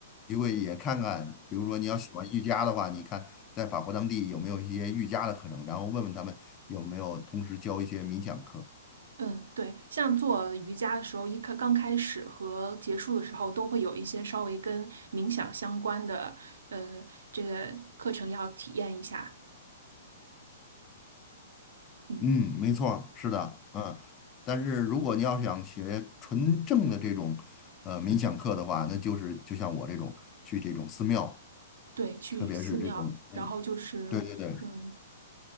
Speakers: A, on the left (about 25°); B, on the right (about 70°).
A: 会也看看，比如说你要喜欢瑜伽的话，你看在法国当地有没有一些瑜伽的课程，然后问问他们有没有同时教一些冥想课。
B: 嗯，对，像做瑜伽的时候，一开刚开始和结束的时候，都会有一些稍微跟冥想相关的，呃，这个课程要体验一下。嗯，
A: 嗯，没错儿，是的，嗯。但是如果你要想学纯正的这种呃冥想课的话，那就是就像我这种去这种寺庙，
B: 对，去寺庙，
A: 特别是这种嗯，
B: 然后就是，
A: 对对对，
B: 嗯，